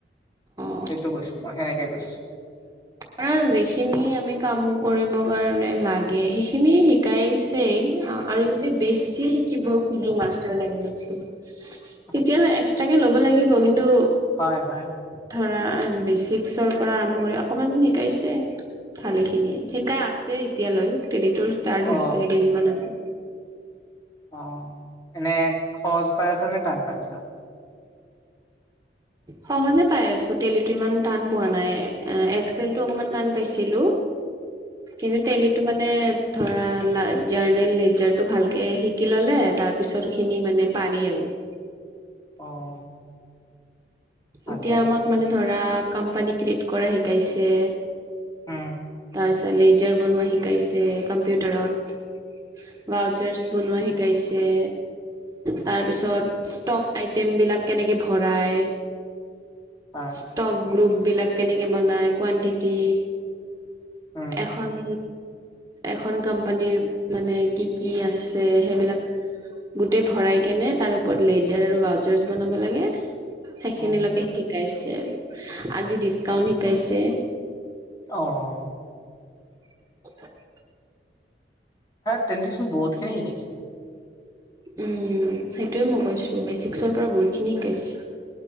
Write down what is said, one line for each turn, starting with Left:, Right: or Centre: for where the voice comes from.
Right: অ
Left: সেইটো কৈছো মই, সেনেকে কৈছো।
Right: কাৰ যিখিনি আমি কাম কৰিব কাৰণে লাগে সেইখিনি শিকাইছেই অ। আৰু যদি বেছি শিকিব খোজো মাষ্টাৰ লেভেলৰটো
Left: <inaudible>
Right: তেতিয়া এক্সট্ৰাকে ল'ব লাগিব কিন্তু
Left: হয়, হয়।
Right: ধৰা বেচিক্সৰ পৰা আৰম্ভ কৰি অকমান শিকাইছে। ভালে খিনিয়ে শিকাই আছে এতিয়ালৈ তেলিটো ষ্টাৰ্ট
Left: অ
Right: হৈছে কেইদিনমান আগত।
Left: অ', এনে সহজ পাই আছ নে টান পাই আছা? <inaudible>
Right: সহজে পাই আছোঁ তেলিটো ইমান টান পোৱা নাই এক্সেলটো অকণমান টান পাইছিলোঁ। কিন্তু তেলি মানে ধৰা জাৰ্নেল নেজাৰটো ভালকে শিকি ল'লে তাৰ পিছৰখিনি মানে পাৰি আৰু।
Left: অ'। ভালে
Right: এতিয়া আমাক মানে ধৰা কম্পানী ক্ৰিয়েট কৰা শিকাইছে।
Left: উম
Right: তাৰপিছত লেজাৰ বনোৱা শিকাইছে কম্পিউটাৰত। বাউচাৰছ বনোৱা শিকাইছে। তাৰপিছত ষ্টক আইটেম বিলাক কেনেকে ভৰাই।
Left: হয়
Right: ষ্টক গ্ৰুপ বিলাক কেনেকে বনাই কোৱানটিটি।
Left: উম
Right: এখন এখন কোম্পানীৰ মানে কি, কি আছে সেইবিলাক গোটেই ভৰাই কেনে তাৰ ওপৰত লেজাৰ আৰু বাউচাৰছ বনাব লাগে সেইখিনিলৈকে
Left: উম
Right: শিকাইছে আৰু আজি ডিচকাউণ্ট শিকাইছে।
Left: অ'।
Right: <inaudible>
Left: তেন্তেচোন বহুত খিনি শিকাইছে।
Right: উম, সেইটোৱে মই কৈছোঁ বেচিক্সৰ পৰা বহুতখিনি শিকাইছে।